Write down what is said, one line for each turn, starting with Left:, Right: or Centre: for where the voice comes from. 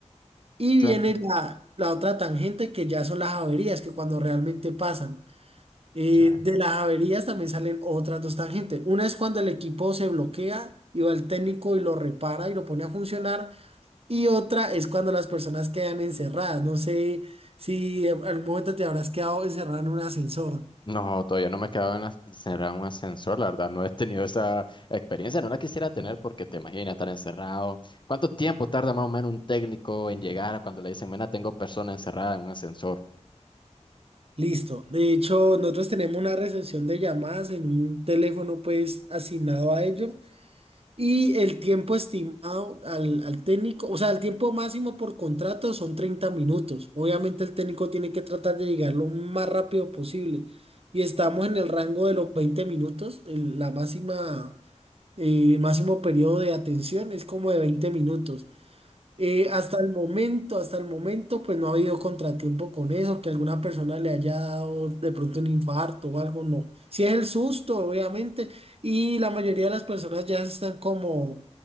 Right: Y
Left: Suen-
Right: viene la, la otra tangente que ya son las averías, que cuando realmente pasan. Eh,
Left: ya.
Right: de las averías también salen otras dos tangentes. Una es cuando el equipo se bloquea y va el técnico y lo repara y lo pone a funcionar. Y otra es cuando las personas quedan encerradas. No sé si en algún momento te habrás quedado encerrado en un ascensor.
Left: No, todavía no me he quedado en as- encerrado en un ascensor, la verdad, no he tenido esa experiencia, no la quisiera tener porque te imaginas estar encerrado. ¿Cuánto tiempo tarda más o menos un técnico en llegar cuando le dicen, mira, tengo persona encerrada en un ascensor?
Right: Listo. De hecho, nosotros tenemos una recepción de llamadas en un teléfono pues asignado a ello y el tiempo estimado al, al técnico, o sea, el tiempo máximo por contrato son 30 minutos. Obviamente el técnico tiene que tratar de llegar lo más rápido posible y estamos en el rango de los 20 minutos. el- la máxima, eh, máximo periodo de atención es como de 20 minutos. Eh, hasta el momento, hasta el momento, pues no ha habido contratiempo con eso, que alguna persona le haya dado de pronto un infarto o algo, no. Si es el susto, obviamente, y la mayoría de las personas ya se están como,